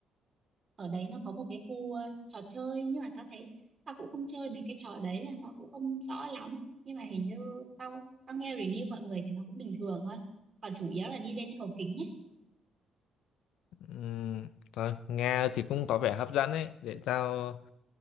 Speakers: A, on the right; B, on the left.
A: ở đấy nó có một cái khu ờ, trò chơi nhưng mà tao thấy tao cũng không chơi mấy cái trò đấy nên là tao cũng không rõ lắm nhưng mà hình như tao tao nghe review mọi người thì nó cũng bình thường thôi còn chủ yếu là đi lên cầu kính ấy
B: Ừm, thôi nghe thì cũng có vẻ hấp dẫn ấy để tao